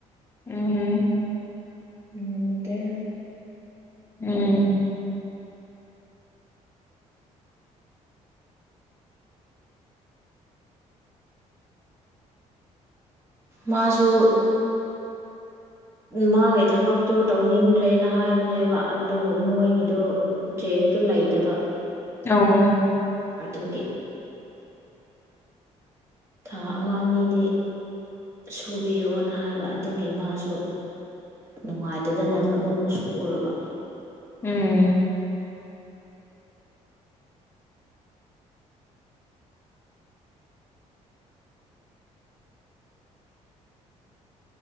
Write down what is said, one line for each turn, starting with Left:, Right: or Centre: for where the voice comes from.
Left: ꯎꯝ
Right: ꯎꯝꯇ ꯍꯥꯏ
Left: ꯎꯝ
Right: ꯃꯥꯁꯨ ꯃꯥꯒꯤ ꯊꯕꯛꯇꯣ ꯇꯧꯅꯤꯡꯗ꯭ꯔꯦꯅ ꯍꯥꯏꯕꯅꯦꯕ ꯑꯗꯨ ꯃꯣꯏꯒꯤꯗꯣ ꯇ꯭ꯔꯦꯐꯇꯨ ꯂꯩꯗꯕ
Left: ꯑꯣ
Right: ꯑꯗꯨꯒꯤ ꯊꯥ ꯑꯃ ꯑꯅꯤꯗꯤ ꯁꯨꯕꯤꯔꯣꯑꯣꯅ ꯍꯥꯏꯕ ꯑꯗꯨꯒꯤ ꯃꯥꯁꯨ ꯅꯨꯡꯉꯥꯏꯇꯗꯅ ꯑꯃꯨꯛ ꯁꯨꯔꯕ
Left: ꯎꯝ